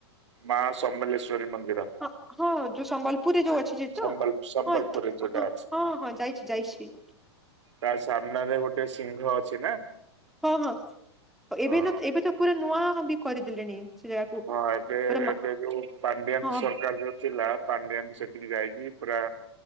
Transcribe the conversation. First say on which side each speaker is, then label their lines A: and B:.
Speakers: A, on the right; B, in the centre.
A: ମା ସମଲେଶ୍ଵରୀ ମନ୍ଦିର।
B: ଅ ହଁ ଯୋଉ ସମ୍ବଲପୁରି ଯୋଉ ଏ <unintelligible>
A: ସମ୍ବଲ
B: ତ
A: ସମ୍ବଲପୁରରେ
B: ହଁ
A: ଯୋଉଟା
B: ହଁ
A: ଅଛି।
B: ହଁ ଯାଇଚି ଯାଇଚି।
A: ତା ସାମ୍ନ ରେ ଗୋଟେ ସିଂହ ଅଛି ନା।
B: ହଁ ହଁ ଏବେ
A: ହଁ
B: ନା ଏବେ ତ ପୁରା ନୂଆ ବି କରିଦେଲେଣି। ସେ ଜାଗାକୁ
A: ହଁ ଏବେ
B: ପୁରା ମା
A: ଏବେ ଯୋଉ ପାଣ୍ଡିଆାନ
B: ହଁ
A: ସରକାର ଯୋଉ ଥିଲା। ପାଣ୍ଡିଆନ ସେଠିକି ଯାଇକି ପୁରା